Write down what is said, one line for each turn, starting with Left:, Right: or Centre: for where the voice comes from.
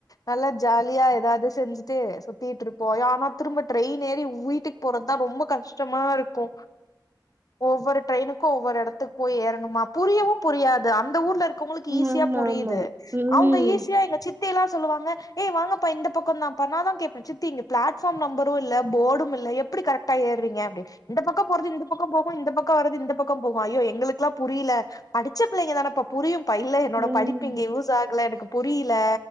Left: நல்லா ஜாலியா எதாவது செஞ்சுட்டு சுத்திட்டு இருப்போ யானா திரும்ப ட்ரெயின் ஏறி வீட்டுக்கு போறதா ரொம்ப கஷ்டமா இருக்கு ஒவ்வொரு ட்ரெயினுக்கு ஒவ்வொரு இடத்துக்கு போய் ஏறணுமா புரியவு புரியாது அந்த ஊர்ல இருக் கவுங்களுக்கு ஈஸியா
Right: ஆமா
Left: புரியுது
Right: ஆமா ம்
Left: அவுங்க ஈஸியா எங்க சித் தில்லா சொல்லுவாங்க ஏய் வாங்கப்பா இந்த பக்கந்தாப்பா நா அதா கேப்பே சித்தி இங்க பிளாட்பார்ம் நம்பரு இல்ல போர்டும் இல்ல எப்டி கரெக்டா ஏறிங்க அப்டின்னு இந்த பக்கம் போறது இந்த பக்கம் போகு இந்த பக்க வரது இந்த பக்க போகு ஐயோ எங்களுக்குல்லா புரியல படிச்ச பிள்ளைங்க தானேப்ப புரியுப்பா இல்ல என்னோட
Right: ம்
Left: படிப்பு இங்க யூஸ் ஆகல எனக்கு புரிய்ல